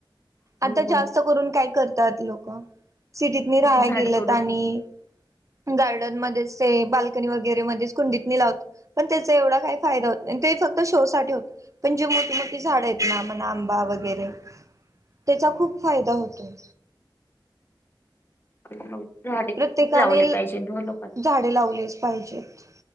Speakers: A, on the right; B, on the left.
A: आता
B: मग
A: जास्त करून काय करतात लोक सिटीत नाही राहा
B: झाड
A: गेलेत
B: तोडून
A: आणि गार्डन मध्येच ते बाल्कनी वगैरे मधीच कुंडीतनी पण त्याचा एवढा काय फाय हो ते फक्त शो साठी होत पण जे मोठ ती झाड आहेत ना म्हण आंबा वगैरे त्याचा खूप फायदा होतो
B: ह हो झाडे
A: प्रत्येकाने
B: खूप लावले पाहिजे द लोकांना
A: झाडे लावलेच पाहिजेत